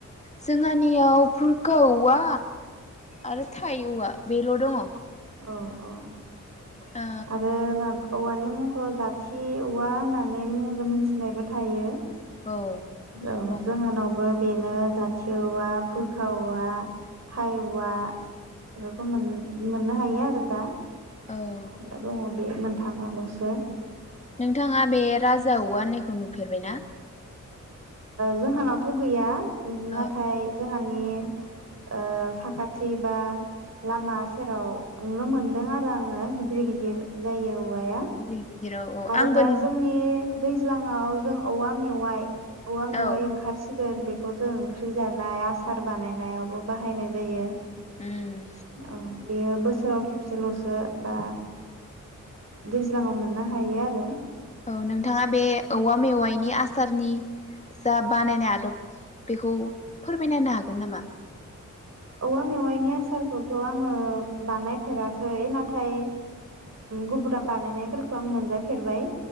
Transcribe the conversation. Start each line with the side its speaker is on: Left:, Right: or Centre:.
Left: जोंहानियाव फुरखा औवा आरो थाइ औवा बेल दङ
Right: औ अ
Left: ओ
Right: आरो माब औवानि मुंखौ जाथि औवा होनना मुंजों मिथिनायबो थायो
Left: औ
Right: औ
Left: दङ
Right: जोंहानावबो बेनो जाथि औवा फुरखा औवा थाय औवा बेफोरखौ मोन मोन मोननो हायो आरो दा
Left: औ
Right: दा दङ बे मोनथामालसो
Left: नोंथाङा बे राजा औवा होननायखौ नुफेरबायना
Right: जोंहानावथ गैया उम नाथाय
Left: औ
Right: जोंहानि ओ साखाथि बा लामा सेराव नुनो मोनदों आरो आङो गिदिर गिदिर
Left: औ
Right: जायो औवाया
Left: गिदिर गिदिर औ औ
Right: आरो
Left: आंबो
Right: दा
Left: नु
Right: जोंनि दैज्लाङाव जों औवा मेवाइ औवा मेवाय
Left: औ
Right: ओंखारस सिगोन बेखौ जों ओंख्रि जानाय आसार बानायनायावबो बाहायनाय जायो।
Left: उम
Right: औ बेयो बोसोराव खेबसेल'सो बा दैज्लाङाव मोननो हायो आरो।
Left: औ नोंथाङा बे औवा मेवाइनि आसारनि जा बानायनाय आदब बेखौ फोरमायना होनो हागोन नामा?
Right: औवा मेवाइनि आसारखौथ' आङो बानायफेराखै नाथाय गुबुना बानायनायफोरखौ आं मोनजाफेरबाय।